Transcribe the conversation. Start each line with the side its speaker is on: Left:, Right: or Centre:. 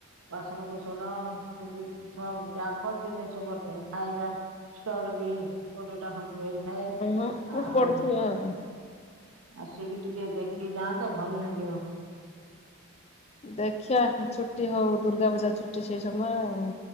Right: ବାସନ କୁସନ ଏ ଜୁଜୁ ସବୁ ଯାବତୀୟ ଜିନିଷ ପଡିଥାଏ ଖାଇବା ଷ୍ଟଲ ବି କୋଡିଏ ଖଣ୍ଡ ହେଇଥାଏ
Left: ଉଁ ଉଁ
Right: ଆଉ
Left: ପଡ଼ିଥିବ ଆଉ
Right: ଆସିକି ଟିକେ ଦେଖିକି ଯାଆନ୍ତ ଭଲ ନାଗିବ।
Left: ଦେଖିବା ଛୁଟି ହଉ ଦୁର୍ଗା ପୂଜା ଛୁଟି ସେଇ ସମୟ ଆଉ